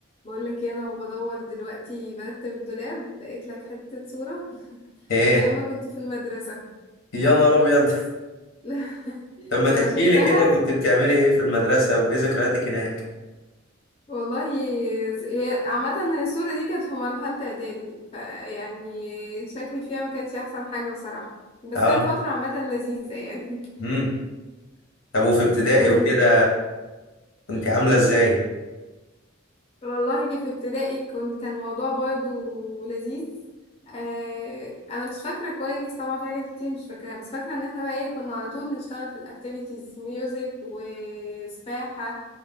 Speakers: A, on the left (about 30°); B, on the left (about 70°).
A: بقول لك إيه، انا وبدور دلوقتي برتب الدولاب لقيت لك حتة صورة
B: ايه
A: من ايام ما كنت في المدرسة
B: يا نهار ابيض
A: <laughs>
B: <laughs> طب ما
A: لو
B: تحكي
A: شفتها
B: لي كده كنت بتعملي ايه في المدرسه وايه ذكرياتك هناك
A: والله هي عامة هي الصورة دي كانت في مرحلة اعدادي فيعني شكلي فيها ما كانش احسن حاجة بصراحة بس
B: اه
A: كانت فترة عامة لذيذة يعني
B: امم طب وفي ابتدائي
A: <laughs> كنت
B: وكده كنت عامله ازاي
A: والله دي في ابتدائي كنت كان الموضوع برضو لذيذ آه انا مش فاكره كويس طبعا في حاجات كتير مش فاكراها بس فاكره ان احنا بقى ايه كنا على طول نشتغل في الاكتيفيتيز ميوزك وسباحه